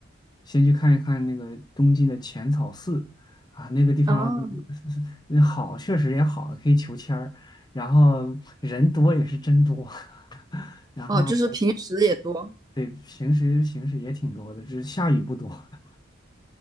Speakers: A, on the left; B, on the right.
A: 先去看一看那个东京的浅草寺啊，那个地方
B: 哦，
A: <laughs> 那好，确实也好，可以求签儿，然后人多也是真多。<laughs> 然后
B: 哦，就是平时也多，
A: 对平时平时也挺多的，只是下雨不多。<laughs>